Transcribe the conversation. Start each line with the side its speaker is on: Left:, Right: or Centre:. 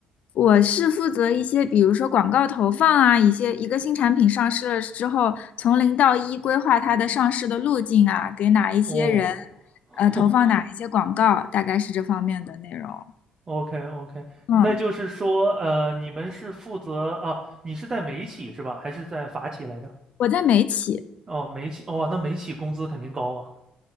Left: 我是负责一些，比如说广告投放啊，一些一个新产品上市了之后，从零到一规划它的上市的路径啊，给哪一些人，
Right: 哦，<laughs>
Left: 呃，投放哪一些广告，大概是这方面的内容。
Right: OK OK，
Left: 嗯，
Right: 那就是说，呃，你们是负责啊？你是在美企是吧？还是在法企来着？
Left: 我在美企，
Right: 哦，美企，哦，那美企工资肯定高啊，